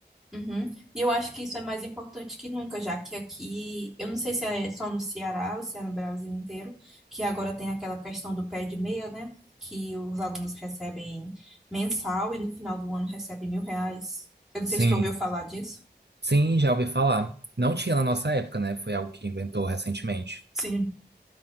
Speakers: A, in the centre; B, on the right (about 75°).
A: Uhum. E eu acho que isso é mais importante que nunca, já que aqui, eu não sei se é só no Ceará ou se é no Brasil inteiro, que agora tem aquela questão do pé de meia, né? Que os alunos recebem mensal e no final do ano recebem mil reais. Eu não
B: Sim,
A: sei se tu ouviu falar disso.
B: sim, já ouvi falar. Não tinha na nossa época, né? Foi algo que inventou recentemente.
A: Sim.